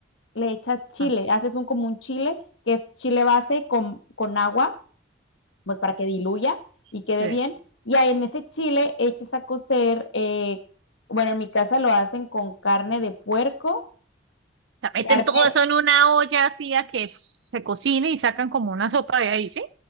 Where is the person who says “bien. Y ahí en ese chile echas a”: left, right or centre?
Left